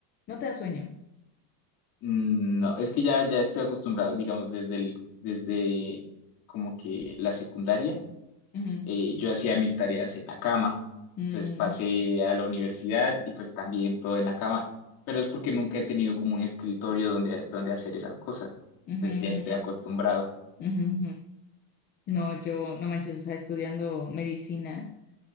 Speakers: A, on the left; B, on the left.
A: no te da sueño.
B: mm, no, es que ya, ya estoy acostumbrado, digamos, desde el, desde como que la secundaria,
A: Ujú,
B: eh, yo hacía mis tareas en la cama.
A: mm,
B: Entonces pasé a la universidad y pues también todo en la cama, pero es porque nunca he tenido como un escritorio donde, donde hacer esas cosas.
A: ujú,
B: Entonces ya
A: ujú,
B: estoy acostumbrado.
A: ujú, ujú. No, yo, no manches, o sea, estudiando medicina.